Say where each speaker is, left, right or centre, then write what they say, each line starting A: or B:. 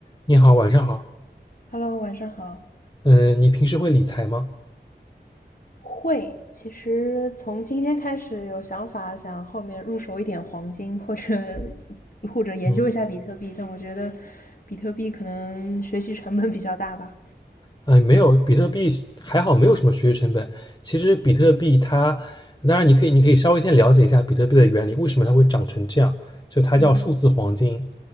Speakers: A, on the left (about 25°); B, on the left (about 50°).
A: 你好，晚上好。
B: Hello，晚上好。
A: 嗯，你平时会理财吗？
B: 会，其实从今天开始有想法，想后面入手一点黄金，或者或者研究一下比特币，
A: 嗯，
B: 但我觉得比特币可能学习成本比较大吧。
A: 啊，没有，比特币还好，没有什么学习成本。其实比特币它，当然你可以，你可以稍微先了解一下比特币的原理，为什么它会长成这样？就它叫数字黄金，
B: 嗯